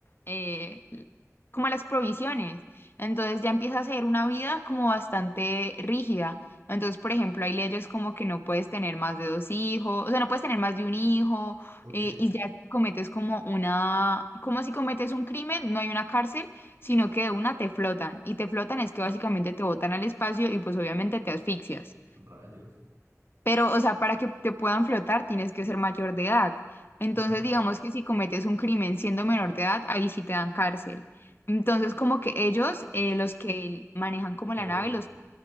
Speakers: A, on the left; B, on the right.
A: eh, l- como las provisiones. Entonces ya empieza a ser una vida como bastante rígida. Entonces, por ejemplo, hay leyes como que no puedes tener más de dos hijos, o sea, no puedes tener más de un hijo,
B: ok.
A: eh, y ya si cometes como una, como si cometes un crimen, no hay una cárcel, sino que de una te flotan. Y te flotan es que básicamente te botan al espacio y pues obviamente te asfixias.
B: Rayos.
A: Pero, o sea, para que te puedan flotar tienes que ser mayor de edad. Entonces,
B: Ujú,
A: digamos que si cometes un crimen siendo menor de edad, ahí sí te dan cárcel. Entonces, como que ellos, eh, los que manejan como
B: Pero
A: la nave, los...